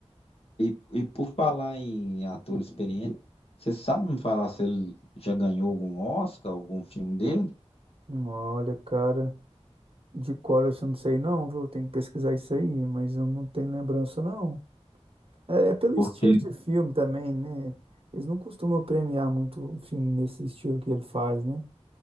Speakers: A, on the left; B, on the right.
A: E, e por falar em ator experiente, você sabe me falar se ele já ganhou algum Oscar, algum filme dele?
B: Olha, cara, de cor assim, eu não sei não, viu? Tem que pesquisar isso aí, mas eu não tenho lembrança não. É, é pelo
A: Porque
B: estilo de filme também, né? Eles não costumam premiar muito o filme nesse estilo que ele faz, né?